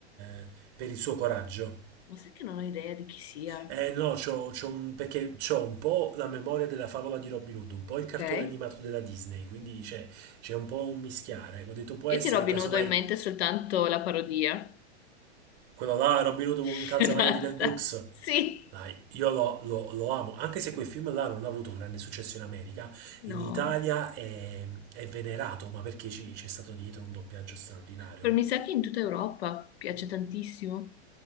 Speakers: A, on the right; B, on the left.
A: eh, per il suo coraggio.
B: Ma sai che non ho idea di chi sia?
A: Eh no, c'ho, c'ho un, perché c'ho un po' la memoria della favola di Robin Hood, un po' il
B: Ok,
A: cartone
B: io
A: animato della Disney, quindi c'è, c'è un po' un mischiare. Ecco, Ho detto può essere
B: ti Robin
A: casomai
B: Hood ho in mente soltanto la parodia.
A: quello là, Robin Hood uomo
B: <laughs>
A: in calzamaglia
B: E basta.
A: di Mel Brooks.
B: Sì.
A: Dai, io lo, lo- lo amo, anche se quel film là non ha avuto grande successo in America,
B: No.
A: in Italia è, è venerato, ma perché ci- c'è stato dietro un doppiaggio straordinario.
B: Però mi sa che in tutta Europa piace tantissimo.